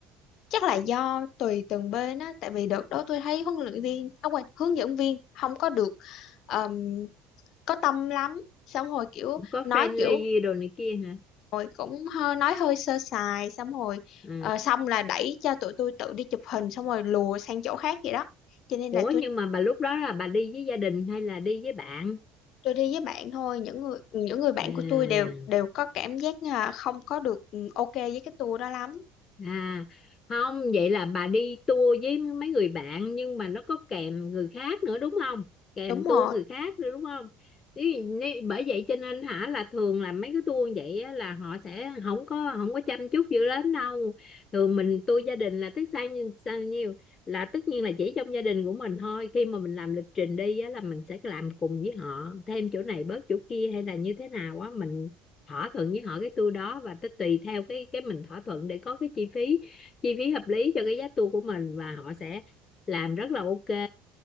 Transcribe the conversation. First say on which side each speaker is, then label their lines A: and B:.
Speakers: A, on the left (about 60°); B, on the left (about 40°).
A: chắc là do tùy từng bên á tại vì đợt đó tôi thấy huấn luyện viên à, quên, hướng dẫn viên không có được ờm, có tâm lắm xong hồi kiểu
B: cũng có
A: nói
B: friendly
A: kiểu
B: đồ này kia hả
A: rồi cũng hơi nói hơi sơ sài xong rồi
B: à
A: ờ, xong là đẩy cho tụi tôi tự đi chụp hình xong rồi lùa sang chỗ khác vậy đó cho nên
B: ủa
A: là tôi
B: nhưng mà bà lúc đó là bà đi với gia đình hay là đi với bạn
A: tôi đi với bạn thôi những người những người bạn
B: à
A: của tôi đều đều có cảm giác là không có được ừ, ok với cái tour đó lắm
B: À không vậy là bà đi tour với mấy người bạn nhưng mà nó có kèm người khác nữa đúng không? Kèm
A: đúng rồi
B: tour người khác nữa đúng không? Nếu, nếu, bởi vậy cho nên hả là thường là mấy cái tour vậy á, là họ sẽ không có không có chăm chút dữ lắm đâu. Thường mình tour gia đình là tức sao nhiêu sao nhiêu là tất nhiên là chỉ trong gia đình của mình thôi. Khi mà mình làm lịch trình đi á, là mình sẽ làm cùng với họ thêm chỗ này bớt chỗ kia hay là như thế nào á mình thỏa thuận với họ cái tour đó và tới tùy theo cái cái mình thỏa thuận để có cái chi phí chi phí hợp lý cho cái giá tour của mình và họ sẽ làm rất là ok